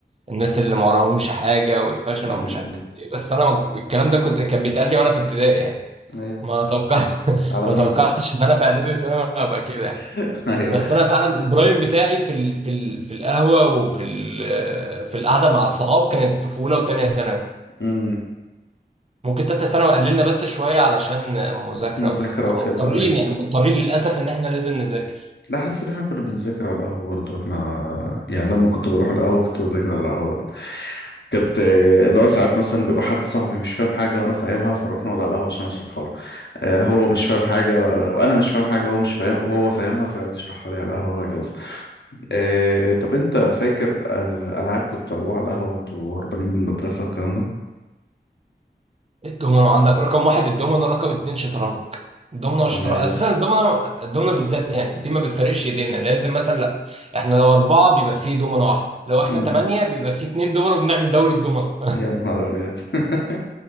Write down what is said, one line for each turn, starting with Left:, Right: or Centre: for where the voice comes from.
Right: الناس اللي ما وراهمش حاجة والفشل
Left: مم.
Right: ومش عارف
Left: مم.
Right: إيه بس أنا الكلام ده كنت كان بيتقال لي وأنا في ابتدائي يعني
Left: أيوه
Right: ما توقعت <laughs>
Left: على
Right: ما
Left: مين
Right: توقعتش
Left: بقى؟
Right: ان انا في اعدادي وثانوي هبقى كده يعني
Left: <laughs>
Right: بس انا فعلا البرايم بتاعي في ال... في ال... في القهوه وفي ال... في القعده مع الصحاب كانت في اولى وثانيه ثانوي
Left: أيوه
Right: ممكن تالتة ثانوي قللنا بس شويه علشان مذاكره
Left: مذاكرة
Right: وكنا
Left: وكده
Right: مضطرين
Left: أيوة
Right: يعني مضطرين للاسف ان احنا لازم نذاكر
Left: لا حاسس إن إحنا كنا بنذاكر على القهوة برضه إحنا يعني لما كنت بروح القهوة كنت بذاكر على القهوة برضه كانت آه، اللي هو ساعات مثلا بيبقى حد صاحبي مش فاهم حاجة وأنا فاهمها فأروح نقعد على القهوة عشان أشرحها له آه، هو مش فاهم حاجة وأنا مش فاهم حاجة هو مش فاهم وهو فاهمها فيقعد يشرحها لي على القهوة وهكذا آه، طب أنت فاكر آه، ألعاب كنت بتلعبوها على القهوة وأنتوا هربانين من المدرسة والكلام ده؟
Right: الدومينو عندك رقم واحد الدومينو رقم اتنين شطرنج الدومينو والشطرنج
Left: ماشي
Right: اساسا الدومينو الدومينو بالذات يعني دي ما بتفرقش ايدينا لازم مثلا لا احنا لو اربعه بيبقى فيه دومينو واحده لو احنا
Left: مم.
Right: ثمانيه بيبقى فيه اتنين دومينو بنعمل دوري الدومينو
Left: يا نهار أبيض <laughs>